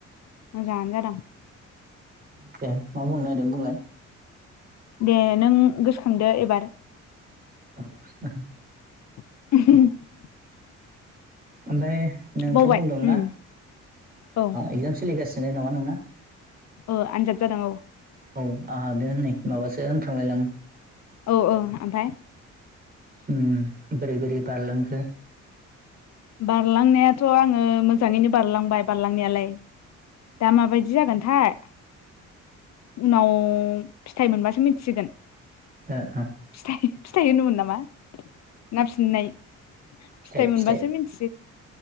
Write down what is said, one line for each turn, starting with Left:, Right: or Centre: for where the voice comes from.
Left: मोजाङानो जादों
Right: दे मा बुंनो नागिरदों बुंलाय
Left: दे नों गोसोखांदो एबार
Right: औ
Left: <unintelligible>
Right: ओमफ्राय नोंथ'
Left: बावबाय
Right: बुंदोंमोनना
Left: उम औ
Right: इगजाम सोलिगासिनो नामा नोंना
Left: ओ आनजाद जादों औ
Right: औ आंहा द होननै माबासो होनफ्र्लांलायलाङो
Left: औ औ ओमफ्राय
Right: उम बोरै बोरै बारलांखो
Left: बारलांनायाथ' आङो मोजाङैनो बारलांबाय बारलांनायालाय दा माबायदि जागोनथाय उनाव फिथाइ मोनबासो मिथिसिगोन
Right: ओ ओ
Left: फिथाइ फिथाइ होनोमोन नामा ना फिननाय
Right: फिथाइ
Left: फिथायाइ मोनबासो
Right: फिथाइ
Left: मिथि